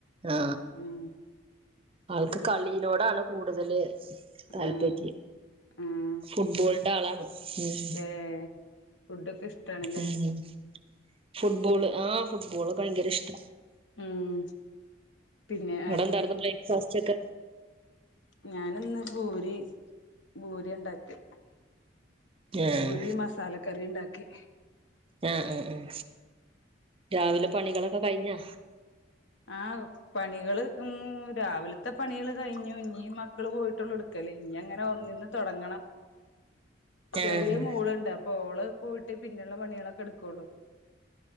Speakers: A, on the right; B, on the left.
A: ആ
B: ഉം
A: ആൾക്ക്
B: ഒരു
A: കളിയിലോടാണ് കൂടുതല് താല്പര്യം
B: ആഹ് ആഹ്
A: ഫുട്ബോള്ടെ ആളാണ്. ഉം
B: ഏഹ് ഫുഡൊക്കെ ഇഷ്ടാണല്ലേ
A: ഉം ഫുട്ബോൾ. ആ ഫുട്ബോള് ഭയങ്കര ഇഷ്ട
B: ഉം പിന്നെ
A: വ്ടന്തായിര്ന്ന് ബ്രേക്ക്ഫാസ്റ്റ് ഒക്കെ?
B: ഞാന് ഇന്ന് പൂരി ഭൂരി ഇണ്ടാക്കി.
A: ഏഹ്
B: ഭൂരി മസാല കറി ണ്ടാക്കി.
A: ആ ഉം ഉം രാവിലെ പണികളൊക്കെ കഴിഞ്ഞാ?
B: ആ പണികള് ഉം രാവിലത്തെ പണികള് കഴിഞ്ഞു ഇഞ്ഞി മക്കള് പോയിട്ടുള്ള ഇട്ക്ക ഇഞ്ഞി അങ്ങനെ ഒന്ന്ന്ന് തുടങ്ങണം ചെറിയ
A: ആഹ്
B: മോള്ണ്ട് അപ്പൊ ഓള് എ പോയിട്ടേ പിന്നുള്ള പണികളൊക്കെ എടുക്കള്ളു.